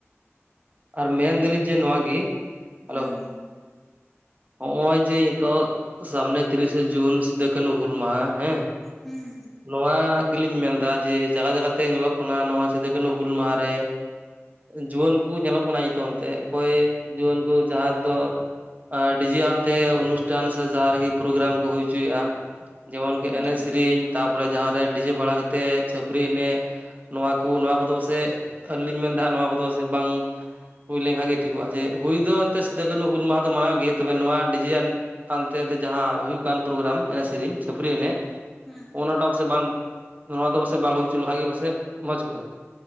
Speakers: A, on the right; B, in the centre.
A: ᱟᱨ ᱢᱮᱱᱫᱟᱞᱤᱧ ᱡᱮ ᱱᱚᱣᱟ ᱜᱤ ᱦᱮᱞᱳ
B: ᱦᱩᱸ
A: ᱱᱚᱜ‌ᱚᱭ ᱡᱮ ᱱᱤᱛᱚᱜ ᱥᱟᱢᱱᱮ ᱛᱤᱨᱤᱥᱮ ᱡᱩᱱ ᱥᱤᱫᱩ ᱠᱟᱹᱱᱦᱩ ᱦᱩᱞ ᱢᱟᱦᱟ ᱦᱮᱸ
B: ᱦᱩᱸ
A: ᱱᱚᱣᱟ ᱜᱮᱞᱤᱧ ᱢᱮᱱᱫᱟ ᱡᱮ ᱡᱟᱭᱜᱟ ᱡᱟᱭᱜᱟ ᱛᱮ ᱧᱮᱞᱚᱜ ᱠᱟᱱᱟ ᱱᱚᱣᱟ ᱥᱤᱫᱩ ᱠᱟᱱᱩ ᱦᱩᱞ ᱢᱟᱦᱟ ᱨᱮ ᱡᱩᱣᱟᱹᱱ ᱠᱚᱠᱚ ᱧᱮᱞᱚᱜ ᱠᱟᱱᱟ ᱱᱤᱛᱳᱜ ᱚᱱᱛᱮ ᱚᱠᱚᱭ ᱡᱩᱣᱟᱹᱱ ᱠᱚ ᱡᱟᱦᱟᱸ ᱫᱚ ᱰᱤᱡᱤ ᱟᱱᱛᱮ ᱚᱱᱩᱥᱴᱟᱱ ᱥᱮ ᱡᱟᱦᱟᱸ ᱨᱮᱜᱮ ᱯᱨᱳᱜᱨᱟᱢ ᱠᱚ ᱦᱩᱭ ᱦᱚᱪᱚᱭᱮᱜᱼᱟ ᱡᱮᱢᱚᱱᱠᱤ
B: ᱦᱩᱸ
A: ᱮᱱᱮᱡ ᱥᱮᱨᱮᱧ ᱛᱟᱯᱚᱨᱮ ᱡᱟᱦᱟᱸᱨᱮ ᱰᱤᱡᱮ ᱵᱟᱲᱟ ᱠᱟᱛᱮᱫ ᱪᱷᱟᱹᱯᱟᱨᱤ ᱮᱱᱮᱜ ᱱᱚᱣᱟ ᱠᱚ ᱱᱚᱣᱟ ᱠᱚᱫᱚ ᱥᱮ ᱟᱹᱞᱤᱧ ᱢᱮᱱᱫᱟ ᱦᱟᱜ ᱱᱚᱣᱟ ᱠᱚᱫᱚ ᱥᱮ ᱵᱟᱝ ᱦᱩᱭ ᱞᱮᱱᱠᱷᱟᱡ ᱜᱮ ᱴᱷᱤᱠᱚᱜᱼᱟ ᱡᱮ ᱦᱩᱭ ᱫᱚ ᱮᱱᱛᱮ ᱥᱤᱫᱩᱼᱠᱟᱱᱩ ᱦᱩᱞ ᱢᱟᱦᱟ ᱫᱚ ᱢᱟᱱᱟᱣ ᱜᱮ ᱛᱚᱵᱮ ᱱᱚᱣᱟ ᱰᱤᱡᱮᱭᱟᱱ ᱦᱟᱱᱛᱮ ᱨᱮ ᱡᱟᱦᱟᱸ ᱦᱩᱭᱩᱜ ᱠᱟᱱ ᱯᱨᱳᱜᱨᱟᱢ ᱮᱱᱮᱡ ᱥᱮᱨᱮᱧ ᱪᱷᱟᱹᱯᱨᱤ ᱮᱱᱮᱜ
B: ᱦᱩᱸ
A: ᱚᱱᱟᱴᱟᱜ ᱯᱟᱥᱮᱡ ᱵᱟᱝ ᱱᱚᱣᱟ ᱫᱚ ᱯᱟᱥᱮᱡ ᱵᱟᱝ ᱦᱩᱭ ᱦᱚᱪᱚ ᱞᱮᱠᱷᱟᱡ ᱜᱮ ᱯᱟᱥᱮᱡ ᱢᱚᱡᱽ ᱠᱚᱜᱼᱟ